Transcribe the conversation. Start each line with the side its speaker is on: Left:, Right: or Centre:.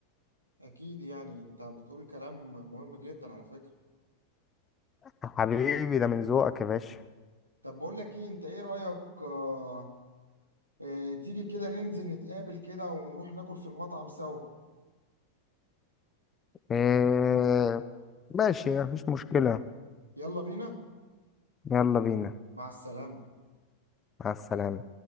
Right: اكيد يعني انت بتقول كلام مهم جدا على فكرة
Left: حبيبي ده من ذوقك يا باشا
Right: طب بقول لك ايه انت ايه رأيك آه آه تيجي كده ننزل نتقابل كده ونروح ناكل في المطعم سوا
Left: إيه ماشي مفيش مشكلة
Right: يلا بينا
Left: يلا بينا
Right: مع السلامة
Left: مع السلامة